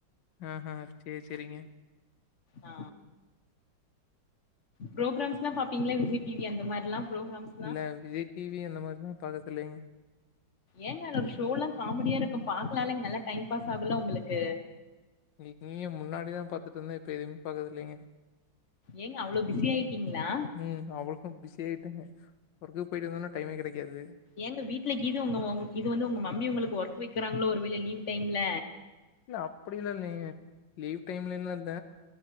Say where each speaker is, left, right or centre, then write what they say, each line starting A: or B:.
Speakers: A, on the left; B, on the left.
A: ஆ ஹ சேரி சேரிங்க
B: ஆ புரோகராம்ஸ்ல்லா பாப்பீங்களா விஜய் டிவி அந்த மாதிரில்லா புரோகராம்ஸ்ல்லா
A: இல்ல விஜய் டிவி அந்த மாதிரில்லா பாக்கறத்தில்லைங்க
B: ஏங்க அதுல ஒரு ஷோல்லா காமெடியாருக்கு பாக்கலாம்ங்க நல்லா டைம் பாஸ்சாகுல உங்களுக்கு
A: இல்லிங்க முன்னாடிதா பாத்துட்டுந்தருந்த இப்ப எதுமே பாக்கற இல்லிங்க
B: ஏங்க அவ்ளோ பிஸியாட்டீங்ளா
A: ம் அவ்ளோ பிஸியாயிட்டேங்க ஒர்க்கு போயிட்டு வந்தோனா டைம்மே கெடைக்காது
B: எங்க வீட்லக்கீது ஒங்க இது வந்து ஒங்க மம்மி ஒங்களுக்கு ஒர்க் வைக்கிறாங்களோ ஒரு வேள லீவ் டைம்ல
A: இல்ல அப்டிலா இல்லிங்க லீவ் டைம்லல்ல